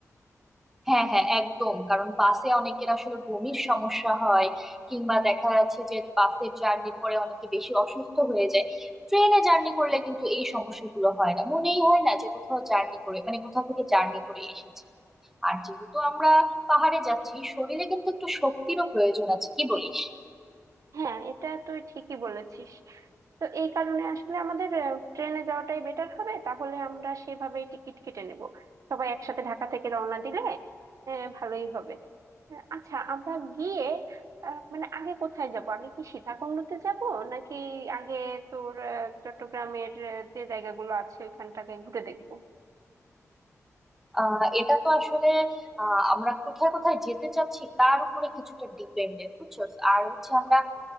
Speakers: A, in the centre; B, on the right.
A: হ্যাঁ হ্যাঁ একদম কারণ বাসে অনেকের আসলে বমির সমস্যা হয় কিংবা দেখা যাচ্ছে যে বাসের জার্নি পরে অনেকে বেশি অসুস্থ হয়ে যায় ট্রেনে জার্নি করলে কিন্তু এই সমস্যাগুলো হয় না মনেই হয় না যে কোথাও জার্নি করে মানে কোথাও থেকে জার্নি করে এসেছি আর যেহেতু আমরা পাহাড়ে যাচ্ছি শরীরে কিন্তু একটু শক্তিরও প্রয়োজন আছে কি বলিস
B: হ্যাঁ এটা তুই ঠিকই বলেছিস তো এই কারণে আসলে আমাদের আহ, ট্রেনে যাওয়াটাই বেটার হবে তাহলে আমরা সেভাবেই টিকিট কেটে নেব সবাই একসাথে ঢাকা থেকে রওনা দিলে আহ, ভালোই হবে আহ, আচ্ছা আমরা গিয়ে আহ, মানে আগে কোথায় যাব আগে কি সীতাকুণ্ডতে যাব নাকি আগে তোর আহ, চট্টগ্রামের আহ, যে জায়গাগুলো আছে ওইখানটাকে ঘুরে দেখবো
A: আহ এটা তো আসলে আহ আমরা কোথায় কোথায় যেতে চাচ্ছি তার উপরে কিছুটা ডিপেন্ডেন্ট বুঝছস আর হচ্ছে আমরা